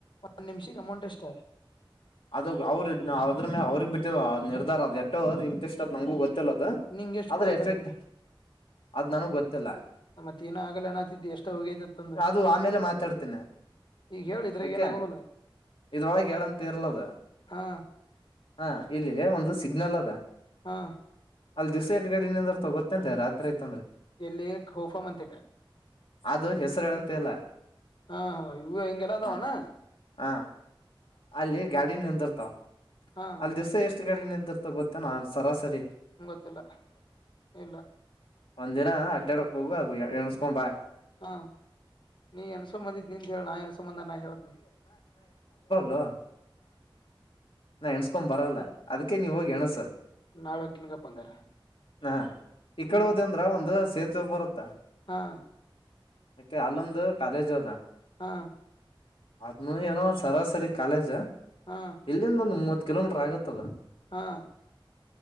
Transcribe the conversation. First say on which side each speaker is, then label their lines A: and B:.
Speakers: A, on the left; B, on the left.
A: ಒಂದ್ ನಿಮಿಷಕ್ಕೆ ಅಮೌಂಟ್ ಎಷ್ಟ
B: ಅದ ಅವ್ರ ಅದ್ರ ಮೇಲೆ ಅವ್ರಗ್ ಬಿಟ್ಟದ ನಿರ್ಧಾರ ಅದು ಎಷ್ಟೋ ಅದು ಇಂಟಷ್ಟ ಅ ನಂಗೂ ಗೊತ್ತು ದು
A: ನಿಂಗ ಎಷ್ಟ್
B: ಆದ್ರೆ
A: ಕೊಡತಾರ
B: ಎಫೆಕ್ಟ್
A: ಈಗ
B: ಅದ್ ನನಗ್ ಗೊತ್ತ ತ್ತಿಲ್ಲ
A: ಮತ್ ಏನ ಆಗಲ್ಲ ಅನ್ನತಿದ್ದಿ ಎಷ್ಟ ಹೋಗೈತಿತ್ತ ಅಂದ್ರ
B: ಆ ಅದು ಆಮೇಲೆ ಮಾತಾಡ್ತೀನಿ
A: ಈಗ ಹೇಳಿದ್ರಾಗ
B: ಓಕೆ
A: ಏನ ಆಗುದಿಲ್ಲ
B: ಇದರೊಳಗೆ ಹೇಳುತ್ತಿರಲಿಲ್ಲ
A: ಹಾ
B: ಅದು ಒಂದು ಸಿಗ್ನಲ್ ಅದ
A: ಹಾ
B: ಅಲ್ಲಿ ದಿವಸೇಟ್ ಗಡಿನಿಂದ ಗೊತ್ತಂದೆ ರಾತ್ರಿ ಐತಂದ್ರೆ
A: ಎಲ್ಲಿ ಹೋಫ ಮಂತಿಕ
B: ಅದು ಹೆಸರು ಹೇಳಂತ ಇಲ್ಲ
A: ಹ ಹ ಇ ಹಿಂಗೆಲ್ಲದಾವನಾ
B: ಹ ಹ ಅಲ್ಲಿ ಗಾಡಿ ನಿ ತರ್ತಾ
A: ಹಾ
B: ಅಲ್ಲಿ ದಿವ್ಸ ಎಷ್ಟು ಡೆ ನಿಂತಿರ್ತ ಗೊತ್ತೇ ನ ಸರಾಸರಿ
A: ಗೊತ್ತಿಲ್ಲ ಇಲ್ಲ
B: ಒಂದು ದಿನ ಅಡ್ಡಾಡಕ್ಕ ಹೋಗು ಆಗ್ ಎಣಸ್ಕೊಂಬಾ
A: ಹಾ ನೀ ಹೆಣುಸಂಬಂದಿದು ನಿಂದು ಹೇಳ ನಾನು ಹೇನು ಸಂಬಂಧ ನಾ ಹೇಳತನ
B: ಲೋ ನಾ ಎಣಸ್ಕೊಂಡ್ ಬರಲ್ಲ ಅದಕ್ಕೆ ನೀವ ಹೋಗಿ ಎಣಸ
A: ನಾಳೆ ಹೊಕ್ಕಿನ್ಗಪ್ಪ ಹಂಗಾರ
B: ಆ ಈ
A: ಹಾ
B: ಕಡೆ ಹೋದ ಅಂದ್ರ ಒಂದು ಬರತಾ
A: ಹಾ
B: ಅಕೆ ಅಲ್ಲೊಂದು ಕಾಲೇಜ್ ಅದ
A: ಹಾ
B: ಅದ್ನು ಏನೋ ಸರಾಸರಿ ಕಾಲೇಜ
A: ಹಾ
B: ಇಲ್ಲಿಂದ ಒಂದು ಮೂವತ್ತು ಕಿಲೋಮೀಟರ್ ಆಗತ್ತದ
A: ಹಾ